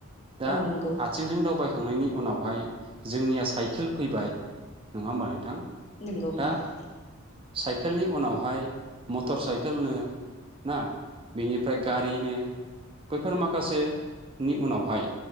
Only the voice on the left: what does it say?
औ नंगौ
नंगौ
नंगौ